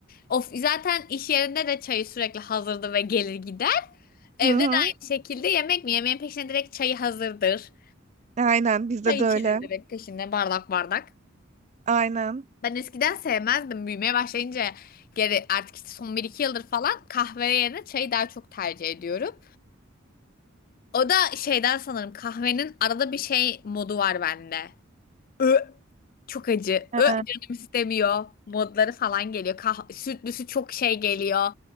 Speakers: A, on the left; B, on the right.
A: Of zaten iş yerinde de çayı sürekli hazırdı ve gelir gider. Evde
B: hı hı.
A: de aynı şekilde yemek mi? Yemeğin peşine direkt çayı hazırdır.
B: Aynen bizde
A: Çay
B: de
A: içilir
B: öyle.
A: direkt peşinde bardak bardak.
B: Aynen.
A: Ben eskiden sevmezdim. Büyümeye başlayınca geri artık işte son bir iki yıldır falan kahve yerine çayı daha çok tercih ediyorum. O da şeyden sanırım kahvenin arada bir şey modu var bende. Ö, çok acı.
B: He,
A: Ö, canım istemiyor. Modları falan geliyor. Kah sütlüsü çok şey geliyor.